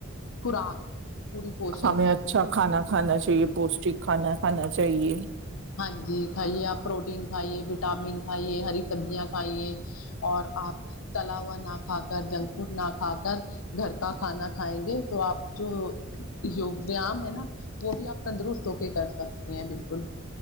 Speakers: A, on the left; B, on the right.
A: خوراک پوری پوشن
B: ہمیں اچھا کھانا کھانا چاہیے پوشٹک خانا کھانا چاہیے
A: ہاں جی کھائیے آپ پروٹین کھائیے وٹامن کھائیے ہری سبزیاں کھائیے اور آپ تلا ہوا نہ کھا کر جنک فوڈ نہ کھا کر گھر کا کھانا کھائیں گے تو آپ جو یوگ ویام ہے نا وہ بھی آپ تندرست ہو کے کر سکتے ہیں بالکل